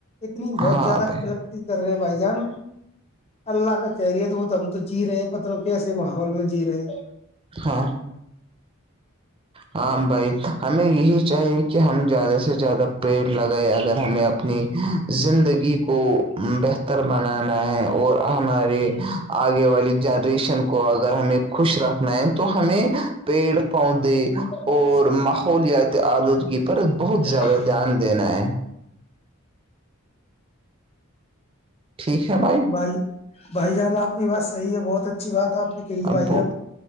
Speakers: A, on the left; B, on the right.
A: اتنی
B: ہاں
A: بہت زیادہ
B: بھائی
A: کلکتی کر رہے بھائی جان اللہ کا کہہریی ہے تو وہ ت ہم تو جی رہے ہیں پتوں کیسے ماحول میں جی رہے ہیں
B: ہاں ہاں بھائی ہمیں یہی چاہیے کہ ہم زیادہ سے زیادہ پیٹ لگائے اگر ہمیں اپنی زندگی کو بہتر بنانا ہے اور ہمارے آگے والی جنریشن کو اگر ہمیں خوش رکھنا ہے تو ہمیں پیڑ پودے
A: تو
B: ماحولیاتی آلودگی پر بہت
A: بالکل
B: زیادہ دھیان دینا ہے ٹھیک ہے بھائی
A: بھائی بھائی جان آپ کی بات صحی ہے بہت اچھی بات ہے آپ نے کہی بھائی
B: اببو
A: جان